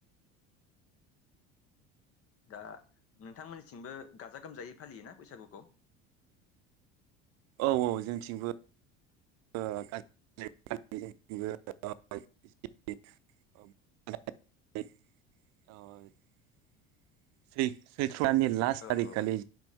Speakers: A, on the left; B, on the right.
A: दा नोंथांमोननिसिमबो गाजा गोमजायै फालियोना बैसागुखौ? <inaudible>
B: औ औ जोंथिंबो। <unintelligible> <unintelligible> <unintelligible> सुनानि लास्ट
A: औ
B: थारिख
A: औ
B: खालि